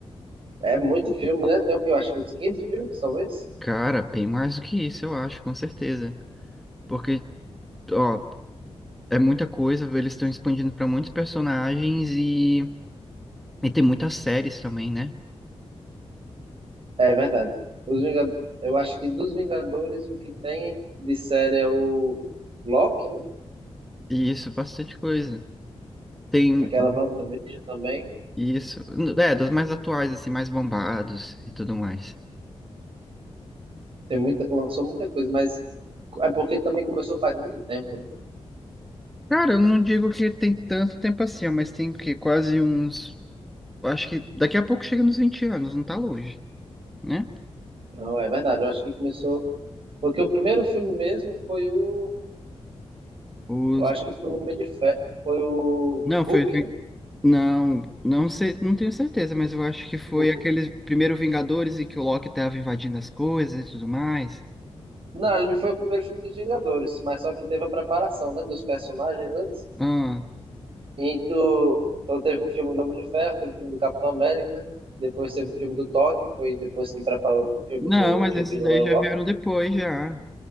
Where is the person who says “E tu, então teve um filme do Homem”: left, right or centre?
Right